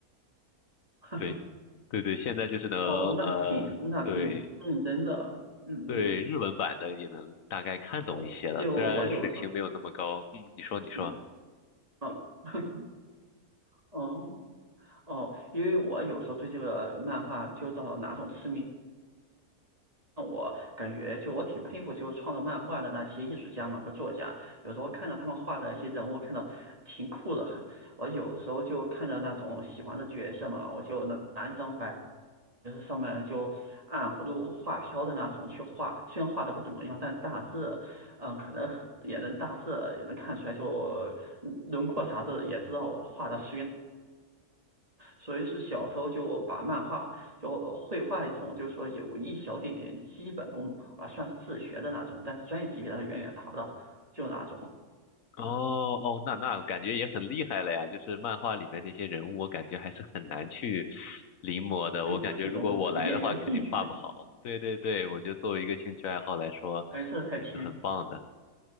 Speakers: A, on the right (about 25°); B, on the left (about 65°).
A: <laughs>
B: 对，对对，现在就是能呃，
A: 哦，那挺那挺认真的，
B: 对。
A: 嗯嗯，
B: 对日文版的也能大概看懂一些了，
A: 我就我有时候，
B: 虽然水平没有那么高。嗯你说，你说。
A: 嗯嗯。<laughs> 哦哦，因为我有时候对这个漫画就到哪种痴迷，我感觉就我挺佩服，就是创作漫画的那些艺术家们和作家。有时候看到他们画的一些人物，看到挺酷的，很。我有时候就看着那种喜欢的角色嘛，我就拿拿一张白，就是上面就按葫芦画瓢的那种去画。虽然画的不怎么样，但大致，嗯，可能很也能大致也能看出来就，嗯轮廓啥子也知道我画的属于所以是小时候就把漫画就绘画一种，就是说有一小点点基本功啊，算自学的那种，但是专业级别它远远达不到，就那种。
B: 哦哦，那那感觉也很厉害了呀！就是漫画里面那些人物，我感觉还是很难去临摹的。
A: 对，
B: 我感觉如果我来的话，
A: 就是一种呃业余的兴趣，
B: 肯定画不好。对对对，我觉得作为一个兴趣爱好来说，
A: 而这太浅，
B: 也是很棒的。